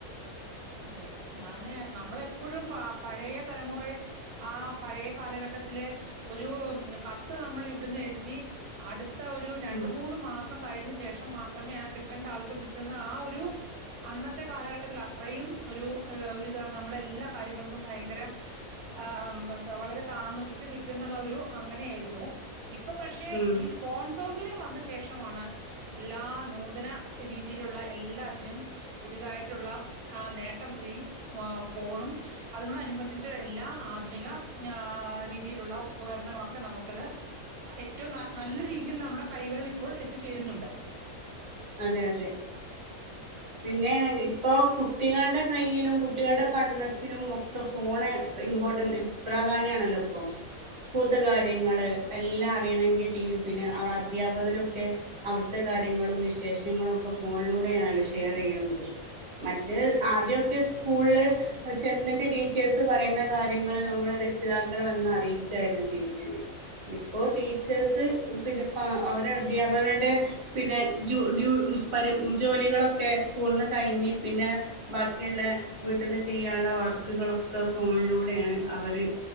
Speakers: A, on the right; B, on the right.
A: അതെ ഞാന് നമ്മളെപ്പോഴും പ പഴയ തലമുറ ആ പഴയ കാലഘട്ടത്തിലെ ഒരു കത്ത് നമ്മൾ ഇവിടുന്ന് എഴുതി അട് അടുത്ത ഒരു രണ്ട്
B: ഉം
A: മൂന്ന് മാസം കഴിഞ്ഞ ശേ- ശേഷം മാത്രമേ ആ കിട്ടേണ്ട ആൾക്ക് കിട്ടുന്ന ആ ഒരു അന്നത്തെ കാലഘട്ടത്തിൽ- അത്രയും ഒരു നമ്മള് എല്ലാ കാര്യങ്ങൾക്കും ഭയങ്കര ആ വളരെ താമസിച്ച് കിട്ടുന്നുള്ള ഒരു അങ്ങനെയായിരുന്നു ഇപ്പൊ പക്ഷെ
B: ഉം
A: ഈ ഫോൺസ് സൗകര്യം വന്ന ശേഷമാണ് എല്ലാ നൂതന രീതിയിലുള്ള എല്ലാത്തിനും പുതിയതായിട്ടുള്ള ആ നേട്ടം ഈ ർ ഫോണും അതിമ്മ അനുബന്ധിച്ച എല്ലാ ആധുനിക <unintelligible> രീതിയിലുള്ള ഉപകരണങ്ങളൊക്കെ നമുക്കത് ഏറ്റവും നല്ല രീതിയിൽ നമ്മുടെ കൈകളിൽ ഇപ്പോൾ എത്തിച്ചേരുന്നുണ്ട്
B: അതെ അതെ പിന്നെ ഇപ്പൊ കുട്ടികളുടെ കൈയിലും കുട്ടികളുടെ പഠനത്തിനും ഒക്കെ ഫോണ് ഇമ്പോർട്ടന്റ് പ്രാധാന്യാണല്ലോ ഇപ്പം സ്കൂള്ത്തെ കാര്യങ്ങള്
A: അതെ
B: എല്ല അറിയണങ്കി ടീ പിന്നെ അധ്യാപകരൊക്കെ അവിടുത്തെ കാര്യങ്ങളും മി വിശേഷങ്ങളൊക്കെ ഫോണിലൂടെയാണല്ലോ ഷെയർ ചെയ്യുന്നത് മറ്റേ ആദ്യക്കെ സ്കൂളിൽ ചെന്നിട്ട് ടീച്ചേഴ്സ് പറയുന്ന കാര്യങ്ങൾ നമ്മൾ രക്ഷിതാക്കളെ വന്ന് അറിയിക്കായിരുന്നു ചെയ്യുന്നന് ഇപ്പോ ടീച്ചേഴ്സ് പിന്നെ അവരുടെ അദ്ധ്യാപകരുടെ പിന്നെ <unintelligible> ജോലികളൊക്കെ സ്കൂളിന്നു കഴിഞ്ഞ്, പിന്നെ ബാക്കിയുള്ള വീട്ടിൽന്ന് ചെയ്യാനുള്ള വർക്കുകളൊക്കെ, ഫോണിലൂടെയാണ് അവര്